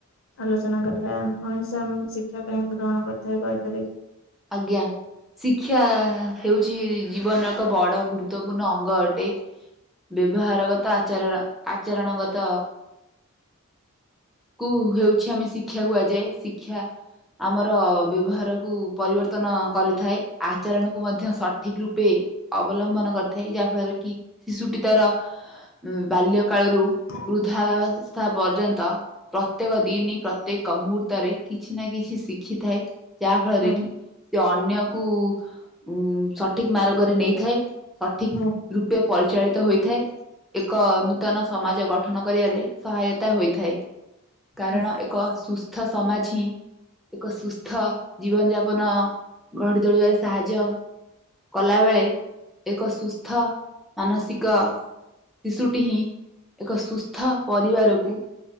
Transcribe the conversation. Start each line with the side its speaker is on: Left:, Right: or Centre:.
Left: ଆଲୋଚନା କରିବା ମଣିଷ ଆମ ଶିକ୍ଷା କାଇଁ ଗ୍ରହଣ କରିଥାଏ କହିଲେ ଦେଖି?
Centre: ଆଜ୍ଞା। ଶିକ୍ଷା ହେଉଛି ଜୀବନର ଏକ ବଡ ଗୁରୁତ୍ୱପୂର୍ଣ୍ଣ ଅଙ୍ଗ ଅଟେ। ବ୍ୟବହାରଗତ ଆଚାରର ଆ ଆଚରଣ ଗତ କୁ ହେଉଛି ଆମେ ଶିକ୍ଷା କୁହାଯାଏ। ସି ଶିକ୍ଷା ଆମର ବ୍ୟବହାରକୁ ପରିବର୍ତ୍ତନ କରିଥାଏ। ଆଚରଣକୁ ମଧ୍ୟ ସଠ ଠିକ ରୂପେ ଅବଲମ୍ବନ କରି ଥାଏ ଯାହା ଫଳରେ କି ଶିଶୁଟି ତାର ବାଲ୍ୟ କାଳରୁ
Left: ହୁଁ।
Centre: ବୃଧାବା ପର୍ଯ୍ୟନ୍ତ ପ୍ରତ୍ୟେକ ଦିନ ପ୍ରତ୍ୟେକ ମୁହୂର୍ତ୍ତରେ କିଛି ନା କିଛି ଶିଖିଥାଏ। ଯାହା ଫଳରେ
Left: ହୁଁ
Centre: କି ସେ ଅନ୍ୟକୁ ଉ ସଠିକ ମାର୍ଗରେ ନେଇଥାଏ। ସଠିକ
Left: ହୁଁ
Centre: ରୂପେ ପରିଚାଳିତ ହୋଇଥାଏ। ଏକ ନୂ ନୂତନ ସମାଜ ଗଠନ କରିବାରେ ସହାୟତା ହୋଇଥାଏ କାରଣ
Left: ହୁଁ
Centre: ଏକ ସୁସ୍ଥ ସମାଜ ହିଁ ଏକ ସୁସ୍ଥ ଜୀବନ ଯାପ ପନ ଗଡି ତୋଳିବାର ସାହାଯ୍ୟ କଲା ବେଳେ ଏକ ସୁସ୍ଥ ମାନସିକ ଶିଶୁଟି ହିଁ ଏକ ସୁସ୍ଥ ପରିବାରକୁ